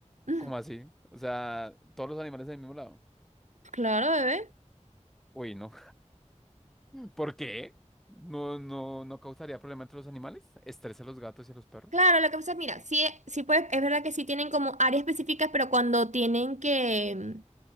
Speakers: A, on the right; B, in the centre.
A: Mm,
B: ¿Cómo así? O sea, todos los animales del mismo lado.
A: Claro, bebé.
B: Uy, no. ¿Por qué? ¿No, no, no causaría problema entre los animales? ¿Estresa a los gatos y a los perros?
A: Claro, lo que pasa, es mira, sí, sí pues, es verdad que sí tienen como áreas específicas, pero cuando tienen que,